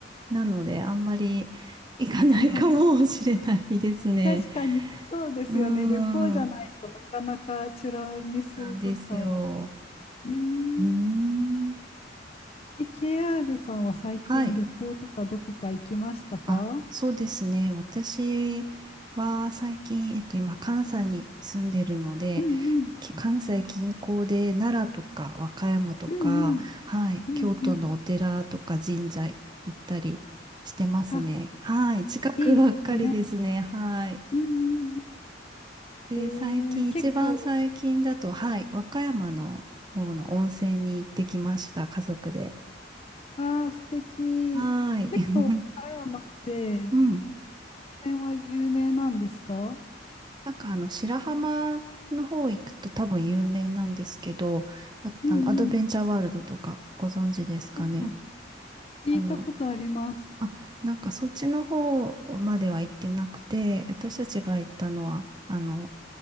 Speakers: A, on the right (about 25°); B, on the left (about 30°).
A: なので、あんまり行かないかもしれないですね。
B: <laughs> 確かに、そうですよね。
A: うー
B: 旅行じゃないとなかなか美ら海水族館は。
A: ん。なんですよ。
B: うーん。
A: うーん。
B: え、KR さんは最近旅行とかどこか行きましたか
A: はい。あ、そうですね。私は最近、えっと、今、関西に住んでるので、
B: うんうん。
A: き関西近郊で奈良とか和歌山とか、
B: うんうん。
A: はい、
B: うんうん。
A: 京都のお寺とか神社行ったりしてますね。
B: あ、
A: はい、近くばっかりですね。
B: いいですね。
A: はい。
B: うんうんうん。
A: で、最近、
B: えー、結構、
A: 一番最近だと、はい、和歌山の方の温泉に行ってきました、家族で。
B: ああ、素敵。
A: はい。
B: 結構、
A: <laughs>
B: 岡山って、
A: うん。
B: 温泉は有名なんですか
A: なんかあの、白浜の方行くと多分有名なんですけど、あ、
B: うんうん。
A: あの、アドベンチャーワールドとかご存知ですかね。
B: ああ、聞いたことあります。
A: あの、あ、なんかそっちの方までは行ってなくて、私たちが行ったのは、あの、